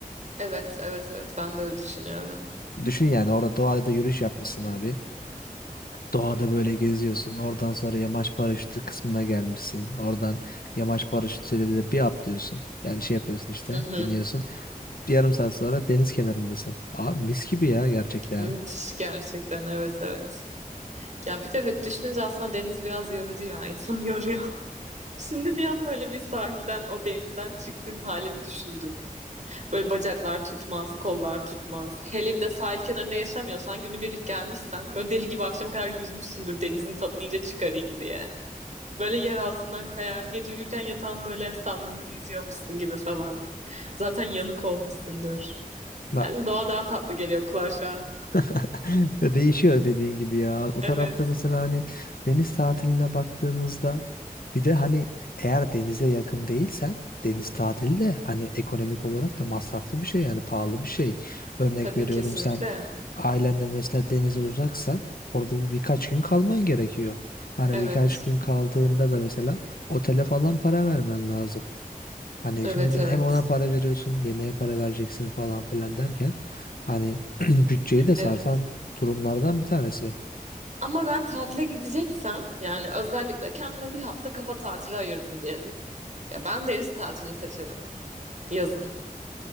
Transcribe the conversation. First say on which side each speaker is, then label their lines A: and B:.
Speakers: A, on the right; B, on the left.
A: Evet, evet, evet. Ben de öyle düşünüyorum.
B: Düşün yani orada doğada da yürüyüş yapmışsın abi. Doğada böyle geziyorsun. Oradan sonra yamaç paraşütü kısmına gelmişsin. Oradan yamaç paraşütüyle de bir atlıyorsun. Yani şey yapıyorsun işte
A: Hı hı.
B: biniyorsun. Bir yarım saat sonra deniz kenarındasın. Aa mis gibi ya gerçekten.
A: Müthiş gerçekten. Evet, evet. Ya bir de evet düşününce aslında deniz biraz yorucu ya insanı yoruyor. <laughs> Şimdi bir an böyle bir sahilden o denizden çıktığım halimi düşündüm. Böyle bacaklar tutmaz, kollar tutmaz. Hele bir de sahil kenarında yaşamıyorsan günübirlik gelmişsen böyle deli gibi akşama kadar yüzmüşsündür denizin tadını iyice çıkarayım diye. Böyle yer altından kayar, gece uyurken yatağın böyle sallanır yüzüyormuşsun gibi falan. Zaten yanık olmuşsundur.
B: No.
A: Yani doğa daha tatlı geliyor kulağa şu an.
B: <laughs> Ya değişiyor dediğin gibi ya. O
A: Evet.
B: tarafta mesela hani deniz tatiline baktığımızda bir de hani eğer denize yakın değilsen deniz tatili de hani ekonomik olarak da masraflı bir şey yani pahalı bir şey. Örnek
A: Tabii
B: veriyorum
A: kesinlikle.
B: sen ailenle mesela denize uzaksan orada bir, birkaç gün kalman gerekiyor. Hani
A: Evet.
B: birkaç gün kaldığında da mesela otele falan para vermen lazım. Hani
A: Evet
B: şimdi bir de
A: evet.
B: hem ona para veriyorsun, yemeğe para vereceksin falan filan derken hani <clears throat> bütçeyi de sarsan
A: Evet.
B: durumlardan bir tanesi.
A: Ama ben tatile gideceksem yani özellikle kendime bir hafta kafa tatili ayırdım diyelim. Ya ben deniz tatilini seçerim yazın.